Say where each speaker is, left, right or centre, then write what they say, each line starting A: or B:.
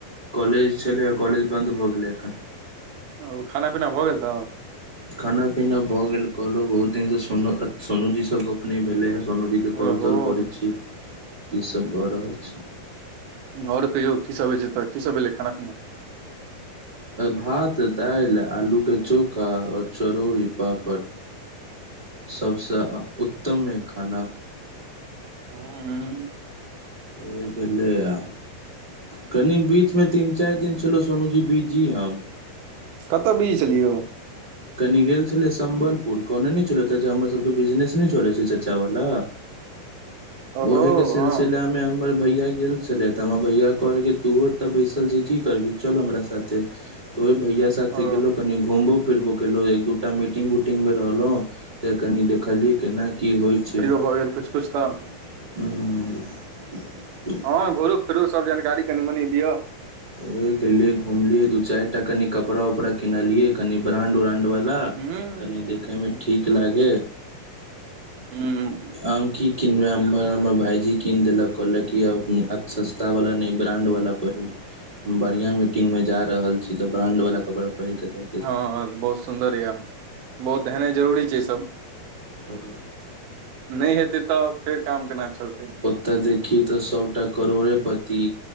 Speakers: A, on the right (about 25°); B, on the right (about 80°).
A: कॉलेज छलै आ कॉलेज बन्द भऽ गेलै एखन।
B: ओ खाना पीना भऽ गेल न
A: खाना पीना भऽ गेल कहलो बहुत दिन से सोन सोनू जी से गोप न भेले ह सोनूजीके काॅल
B: ओहो
A: ताॅल करै छी की सब भऽ रहल छै
B: आओर कहियो की सभ होइ छै तऽ कीसभ एलै खाना पीना
A: भात दालि आलू के चोखा और चरौड़री पापड़ सबसे उत्तमे खाना
B: हँ
A: ओह भेलैए आ कनि बीचमे तीन चार दिन छलो सोनू जी बीजी हम
B: कत बीजी छलियो
A: कनि गेल छलै सम्बलपुर कोने ने छलै ओतय जे हमर सभके बिजनेस नहि चले छै चाचा बाला
B: ओहो
A: ओहिके सिलसिलामे
B: हँ
A: हमर भैया गेल छलै त हमर भैया कहलकै तूँ अते बैसल जे की करभी चल हमरा साथ थे त ओहि भैया साथे
B: ओ
A: गेलहुँ कनि घुमबो फिरबो केलहुँ एक दू टा मीटिंग उटिंग मे रहलो त कनि देखलियै केना की होइ छै
B: <unintelligible> पुछता
A: हूंम्म
B: हँ घुरु फिरु सब जानकारी कनि मनी दिय
A: हे गेलिय घूमलिय दू चार टा कनि कपड़ा उपड़ा किनलिये कनि ब्रांड उरानंड वा
B: हूँ
A: कनि देखे मे ठीक लागे
B: हूंम्म
A: आम की कीनबै हमर हमर भाईजी कीन देलक कहलक कि अब सस्तावला नहि ब्राण्डवला पहिर बढ़िया मीटिंग मे जा रहल छी त ब्रांड वाला कपड़ा पहिर के जाय
B: हँ बहुत सुन्दर यऽ बहुत हेनाइ जरूरी छै ईसभ
A: ह
B: नहि हेतै तब फेर काम केना चलतै
A: ओत देखी त सभटा करोड़ेपति